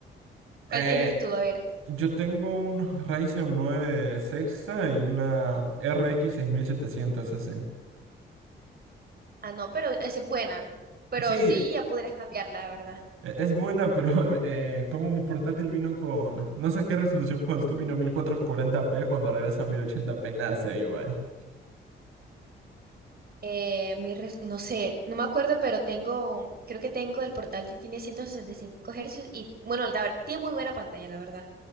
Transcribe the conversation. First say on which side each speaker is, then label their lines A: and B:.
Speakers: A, on the right; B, on the right.
A: Eh,
B: ¿Cuál tienes tú? A ver.
A: Yo tengo un Ryzen nueve sexta y una RX setecientos S.
B: Ah, no, pero esa es buena. Pero
A: Sí,
B: sí, ya podrías cambiarla, la verdad.
A: e- es buena, pero <laughs> eh, como mi portátil vino con... No sé qué resolución cuando tú vino mil cuatrocientos cuarenta p cuando regresa a mil ochenta p nada se ve igual.
B: Eh, mi res- no sé, no me acuerdo, pero tengo, creo que tengo el portal que tiene 165 Hz y bueno, la ver- tiene muy buena pantalla, la verdad.